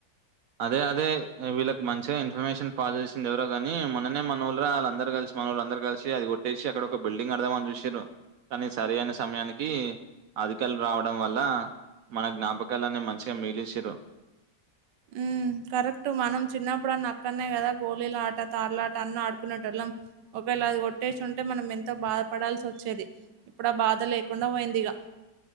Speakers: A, on the right (about 70°); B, on the right (about 85°).
A: అదే అదే అ వీళ్ళకు మంచిగ ఇన్ఫర్మేషన్ పాజ్ చేసింది ఎవరో గాని మొన్ననే మనుర్ల ఆ ల అందరు కలిశి మనోలందరు కలిశి అది కొట్టేశి అక్కడ ఒక బల్డింగ్ కడదామన్ చూశిర్రు కనీ సరి అయినా సమయానికి అధికల్ రావడం వల్ల మన జ్ఞాపకాలన్ని మంచిగా మిగిలిచిరు
B: ఉమ్ కరెక్ట్ మనం చిన్నప్పుడన్న అక్కనే కదా గోళీల ఆట తార్లాట అన్నడుకునేటోళ్ళం ఒకవేళ అది కొట్టేసుంటే మనం ఎంతో బాధపడాల్సి ఒచ్చేది ఇప్పుడ్ ఆ బాధ లేకుండా వోయిందిగా